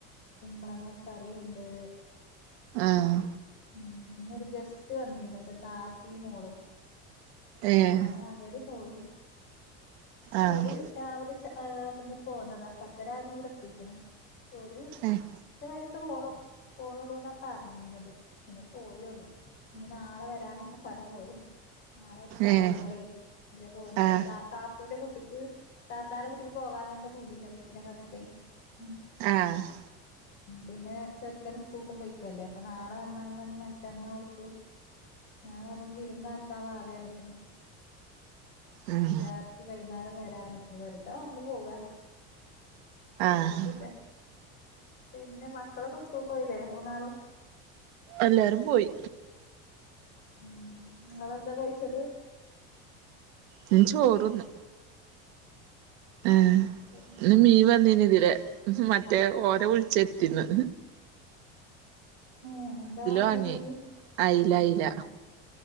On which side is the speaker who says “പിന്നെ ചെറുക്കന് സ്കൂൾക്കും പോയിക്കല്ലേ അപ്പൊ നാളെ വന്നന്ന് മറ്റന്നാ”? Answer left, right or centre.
Left